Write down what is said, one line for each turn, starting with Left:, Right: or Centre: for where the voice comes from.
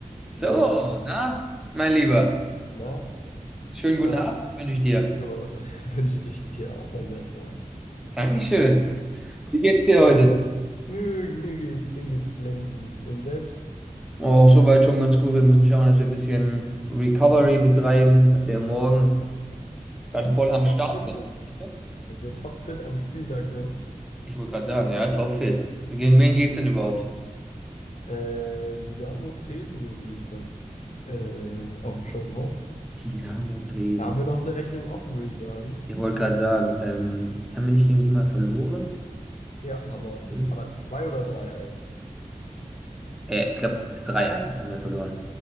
Centre: So,
Left: Moin,
Centre: na, mein Lieber,
Left: na,
Centre: schönen
Left: was
Centre: guten Abend wünsche ich dir.
Left: jo, <laughs> wünsche ich dir auch mal besser.
Centre: Dankeschön. Wie geht's dir heute?
Left: Äh, mir, mir geht's, mir geht's blendend. Und selbst
Centre: Auch soweit schon ganz gut. Wir müssen schauen, dass wir ein bisschen Recovery betreiben, dass wir morgen dann voll am
Left: topfit
Centre: Start sind.
Left: sind,
Centre: Weißt du?
Left: dass wir topfit am Spieltag sind.
Centre: Ich wollte gerade sagen, ja, topfit. Gegen wen geht's denn überhaupt?
Left: Äh, Dynamo Dresden, so wie ich das äh, auf dem Schirm habe.
Centre: Dynamo Dresden.
Left: Da haben wir noch eine Rechnung offen, würde ich sagen.
Centre: Ich wollte gerade sagen, ähm, haben wir nicht gegen die mal verloren?
Left: Ja, haben wir.
Centre: Hm?
Left: Aber 2 oder drei eins
Centre: Äh, ich glaube, drei eins haben wir verloren.